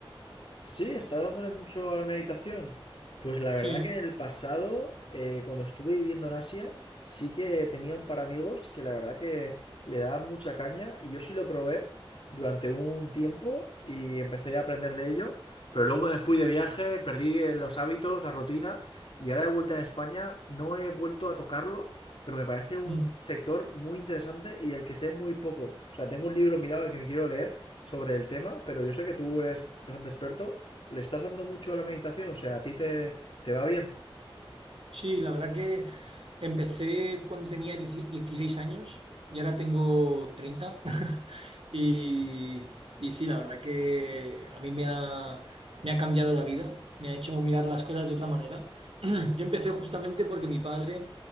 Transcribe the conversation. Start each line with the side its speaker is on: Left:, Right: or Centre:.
Left: Sí, está dándole mucho a la meditación. Pues la verdad
Right: Sí.
Left: que en el pasado, eh, cuando estuve viviendo en Asia, sí que tenía un par de amigos que la verdad que le daban mucha caña y yo sí lo probé durante un tiempo y empecé a aprender de ello, pero luego me fui de viaje, perdí eh, los hábitos, la rutina y ahora de vuelta en España no he vuelto a tocarlo pero me parece un
Right: Mm.
Left: sector muy interesante y el que sé muy poco. O sea, tengo un libro mirado que me quiero leer sobre el tema, pero yo sé que tú eres bastante experto. ¿Le estás dando mucho a la meditación? O sea, ¿a ti te, te va bien?
Right: Sí, la verdad que empecé cuando tenía 10 16 años y ahora tengo treinta <laughs> Y, y sí, la verdad que a mí me ha, me ha cambiado la vida, me ha hecho mirar las cosas de otra manera. <clears throat> Yo empecé justamente porque mi padre